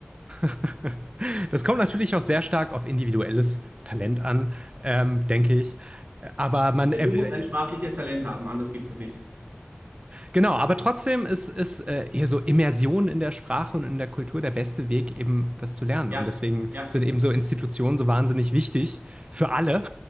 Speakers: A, on the right; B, on the right.
A: <laughs> Das kommt natürlich auch sehr stark auf individuelles Talent an, ähm, denke ich. Aber man,
B: Ja,
A: äh,
B: Du musst ein sprachliches Talent haben, anders gibt es nicht.
A: genau, aber trotzdem ist, ist äh, hier so Immersion in der Sprache und in der Kultur der beste Weg, eben das zu lernen.
B: Ja,
A: Und deswegen
B: ja,
A: sind eben so Institutionen so wahnsinnig wichtig für alle,